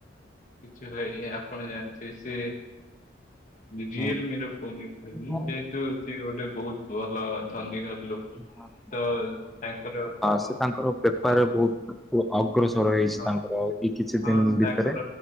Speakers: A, on the left (about 45°); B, in the centre.
A: କିଛି ଭାଇ ଆପଣ ଜାଣିଥିବେ ସେ ରିଏଲମିର
B: ହଁ।
A: ଫୋନ୍
B: ଭଲ।
A: ଯେହେତୁ ସେ ଗୋଟେ ବହୁତ ଭଲ ଧନୀଘର ଲୋକ
B: <unintelligible>
A: ତ ତାଙ୍କର ଆଉ କଣ
B: ସେ
A: ହବ
B: ତାଙ୍କର ବେପାରରେ
A: ହଁ
B: ବହୁତ ଅଗ୍ରସର ର ହେଇଛି
A: ହଁ
B: ତାଙ୍କର ଏଇ କିଛି
A: ହଁ
B: ଦିନ
A: ତାଙ୍କର
B: ଭିତରେ